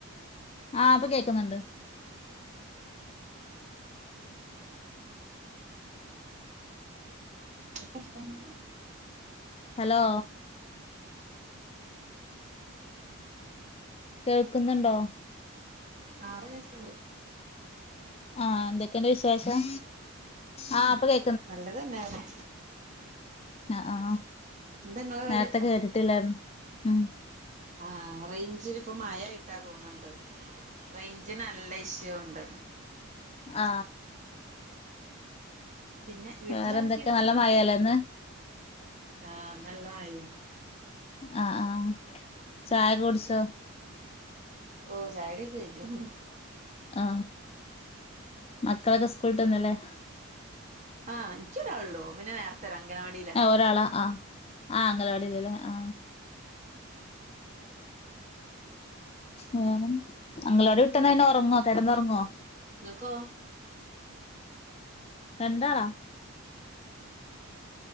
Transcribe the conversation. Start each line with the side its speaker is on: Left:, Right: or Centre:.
Left: ആ പ്പൊ കേക്ക്ന്ന്ണ്ട്
Right: ന്തൊക്കെ ർത്താനം
Left: ഹലോ കേൾക്ക്ന്ന്ണ്ടോ?
Right: ആ പ്പൊ കേക്കുന്നുണ്ട്
Left: ആ എന്തൊക്കെണ്ട് വിശേഷം ആ പ്പൊ കേ
Right: നല്ലത് തന്നേനെ
Left: അ ആ
Right: ഇങ്ങളെ പാട്
Left: നേരത്തെ കേട്ടിട്ടില്ലായിര്ന്നു ഉം
Right: ആ റെയ്ഞ്ചിനിപ്പ മയയായിട്ടാ തോന്ന്ണ്ട് റെയ്ഞ്ചിന് നല്ല ഇഷ്യൂണ്ട്
Left: ആ
Right: പിന്നെ വീട്ടിലാരൊക്കെയിള്ളേ
Left: വേറെന്തൊക്കെ നല്ല മഴല്ലേ ഇന്ന്
Right: ആ നല്ല മയേ
Left: അ ആ ഛായൊക്കെ കുടിച്ചോ?
Right: ഓ ഛായൊടിയൊക്കെ കഴിഞ്ഞു ഹും
Left: ആ മക്കളൊക്കെ സ്കൂള്ട്ടന്നല്ലേ
Right: ആ ഇൻക്കൊരാളൊള്ളു ഓൻപിന്നെ നേരത്തെരു അംഗനവാടീല
Left: ആഹ് ഒരാളാ ആ ആ അംഗനവാടിയിലല്ലേ ആ
Right: മ്മ്
Left: എങ്ങനെ അംഗലവാടി വിട്ടന്ന പിന്നെ ഒറങ്ങൊ കെടന്നൊറങ്ങോ?
Right: ങ്ങക്കോ?
Left: രണ്ടാളാ